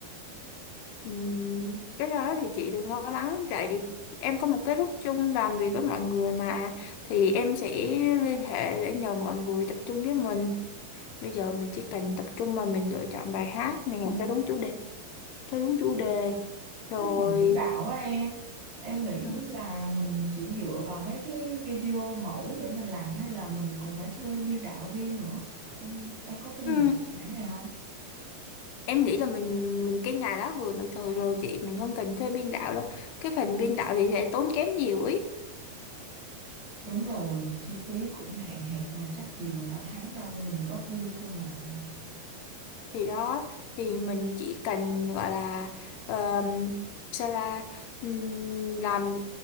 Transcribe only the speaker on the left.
Ừ, cái đó thì chị đừng lo lắng vậy em có một cái lúc chung làm việc với mọi người mà thì em sẽ liên hệ để nhờ mọi người tập trung với mình bây giờ mình chỉ cần tập trung mà mình lựa chọn bài hát này cho đúng chủ đề cho đúng chủ đề rồi
ừ.
Ừ.
em nghĩ là mình mình cái ngày đó vừa được thời rồi chị mình không cần thuê biên đạo đâu cái phần biên đạo thì sẽ tốn kém nhiều ấy
thì đó thì mình chỉ cần gọi là um, sao ra ừm, làm